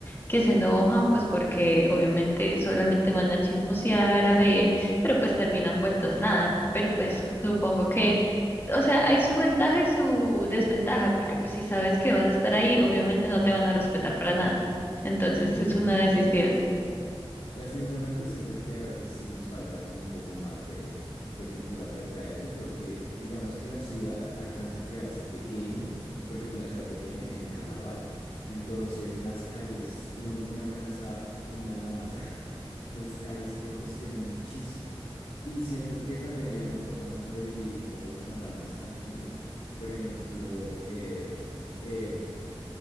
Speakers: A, on the left; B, on the left.
A: que se enojan, pues porque obviamente solamente van a chismosear, a ver, pero pues terminan vueltos nada. Pero pues
B: claro,
A: supongo
B: ujú,
A: que, o sea, hay su ventaja y su desventaja, porque pues si sabes que vas a estar ahí, obviamente no te van a respetar para nada. Entonces
B: Mm,
A: es una decisión.
B: sí. Lastimosamente siento que a veces sí nos falta como un poco más de, de cultura frente a eso, porque digamos que la ciudad alcanza a quedarse pequeña, porque es una ciudad pequeña en el carnaval. Entonces las calles no, no alcanza un alma más. <laughs> Las calles se congestionan muchísimo. Y siento que también hay una forma como de vivir un poco el carnaval más tranquilo. Por ejemplo, em, em,